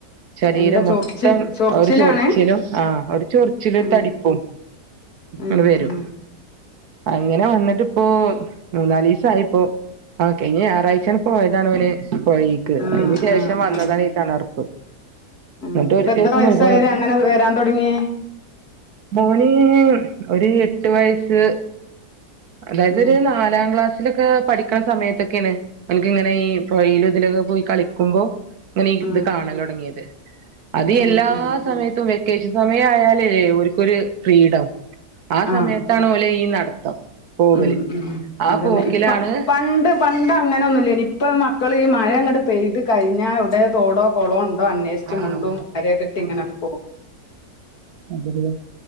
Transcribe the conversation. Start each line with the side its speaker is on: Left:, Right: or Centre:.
Right: ശരീരം
Left: എന്താ
Right: മൊത്തം
Left: ചൊറിച്ചിൽ ചൊറിച്ചിലാണ്
Right: ഒരു ചൊറിച്ചിലും ആ ഒരു ചൊറിച്ചിലും ഒരു
Left: ആഹ്
Right: തടിപ്പും
Left: ഉം
Right: ഇണ് വരും
Left: ഉം
Right: അങ്ങനെ വന്നിട്ട് പ്പോ മൂന്നാലീസായിപ്പോ ആ കഴിഞ ഞറാഴ്ച പോയതാണ് ഓന് പോഴീക്ക്
Left: ആഹ്
Right: അതിന് ശേഷം
Left: ആഹ്
Right: വന്നതാണ്
Left: ആഹ്
Right: ഈ തണർപ്പ്
Left: ഉം
Right: എന്നിട്ട്
Left: ഇപ്പ
Right: ഒരു
Left: എത്ര
Right: ദിവസം
Left: വയസ്സായരേ
Right: മുഴുവൻ
Left: അങ്ങനെ വരാൻ തുടങ്ങിയ
Right: മോന് ഒരു എട്ട് വയസ്സ് അതായത്
Left: ഉം
Right: ഒരു നാലാം ക്ലാസ്സിലൊക്കെ പഠിക്കണ സമയത്തൊക്കെയാണ് ഒനക്ക് ഇങ്ങനെ ഈ പൊഴീലും ഇതിലൊക്കെ പോയി കളിക്കുമ്പോ ഇങ്ങനെ
Left: ഉം
Right: ഇത് കാണല് തോടങ്ങിയത് ഇത്
Left: ഉം
Right: എല്ലാ
Left: ഉം ഉം
Right: സമയത്തും വെക്കേഷൻ സമയം ആയാല്ലേ ഓല്ക്കൊരു ഫ്രീഡം ആ സമയത്താണ്
Left: ആഹ്
Right: ഓലെ ഈ നടത്തം പോവല്
Left: ഉം ഉം
Right: ആ
Left: അതന്നെ
Right: പോക്കിലാണ്
Left: ഇപ്പ പണ്ട് പണ്ട അങ്ങനെന്നുല്ലെനി ഇപ്പ മക്കള് ഈ മഴങ്ങട് പെയ്ത് കഴിഞ്ഞാൽ എവിടെ തോടോ കുളോ ഉണ്ടോ അന്വേ ഷിച്ചു
Right: ആ
Left: മുണ്ടും
Right: അതെ
Left: അര കെട്ടി
Right: ആ
Left: ഇങ്ങനെ പോവും
Right: അതല്ലേ